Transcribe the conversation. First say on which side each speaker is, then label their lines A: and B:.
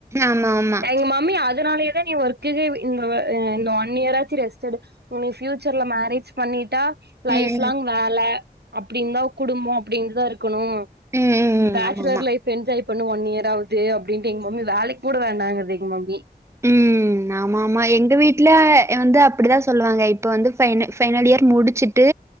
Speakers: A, on the right; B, on the right.
A: ஆமா ஆமா
B: எங்க மாமி அதனாலயேதான் நீ ஒர்க்குக்கு இந்த ஒன் இயர் ஆச்சு ரெஸ்ட் எடு உனயே பியூச்சர்ல மேரேஜ் பண்ணிட்டா லைஃப்
A: ம்
B: லாங் வேல அப்படந்தா குடும்பம் அப்டின்னுதான் இருக்கணும்
A: ம் ம் ம் ம்
B: பேச்சலர்
A: ஆமாமா
B: லைஃப் என்ஜாய் இப்ண்ணும் ஒன் இயர் ஆவுது அப்டின்னு எங்க மம்மி வேலக்கு கூட வேணாங்குது எங்க மம்மி
A: ம் ஆமா ஆமா எங்க வீட்டுல வந்து அப் அப்டிதான் சொல்லுவாங்க வந்து பைன் பைனல் இயர் முடிச்சுட்டு